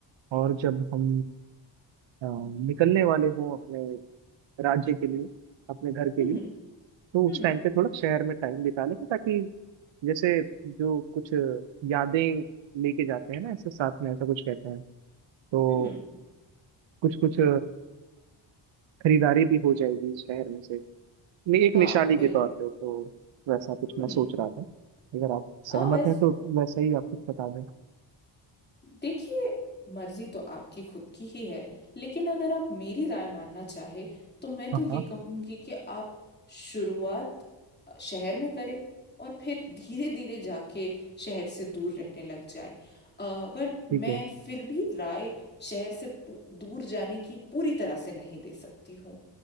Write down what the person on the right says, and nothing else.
और जब हम अ, निकलने वाले हों अपने राज्य के लिए अपने घर के
लिए
तो उस टाइम
पे थोड़ा शहर में टाइम बिता लेंगे ताकि जैसे जो कुछ यादें लेके जाते हैं ना ऐसे साथ में ऐसा कुछ कहते हैं तो
कुछ कुछ खरीदारी भी हो जाएगी इस शहर में से नहीं, एक
निशानी
के तौर पे तो वैसा कुछ
मैं सोच रहा था अगर आप
सहमत
हैं तो वैसा ही आप कुछ बता दें
हाँ
हाँ
ठीक
है